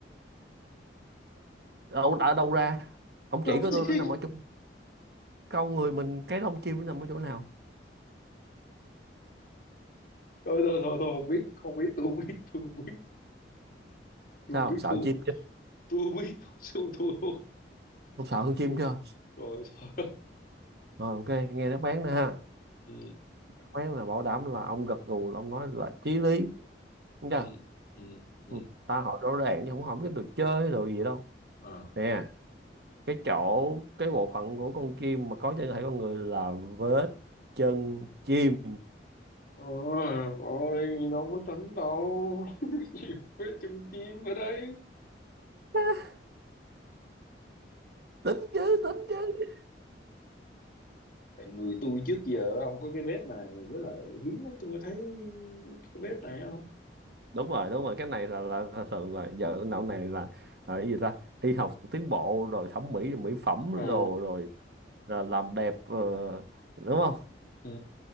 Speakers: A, on the right; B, on the left.
A: đâu đã đâu ra ông
B: lông
A: chỉ có
B: chim
A: tôi nó nằm ở chỗ con người mình cái lông chim nó nằm ở chỗ nào
B: thôi thôi thôi thôi không biết không biết tôi không biết tôi không biết tôi
A: sao
B: không biết
A: sợ
B: thua
A: chim chưa
B: tôi không biết thua thua thua
A: không sợ hơn chim
B: thua
A: chưa
B: rồi sao
A: rồi ok nghe đáp án nữa ha
B: <laughs> ừ
A: đáp án là bảo đảm là ông gật gù là ông nói là chí lý đúng chưa
B: ừ ừ ừ
A: Ừ, ta hỏi rõ ràng chứ không hỏi cái đồ chơi đồ gì đâu
B: à
A: nè cái chỗ cái bộ phận của con chim mà có trên cơ thể con người là vết chân chim
B: ôi ôi đâu có tính đâu <laughs> nhiều vết chân chim ở đây
A: <laughs> tính chứ tính chứ
B: tại người tôi trước giờ ông có cái vết này với lại hiếm lắm tôi mới thấy cái vết này không
A: đúng rồi đúng rồi cái này là là, là thường là giờ não này là là cái gì ta y học tiến bộ rồi thẩm mỹ mỹ phẩm
B: ờ
A: rồi rồi là làm đẹp ờ, đúng không
B: ừ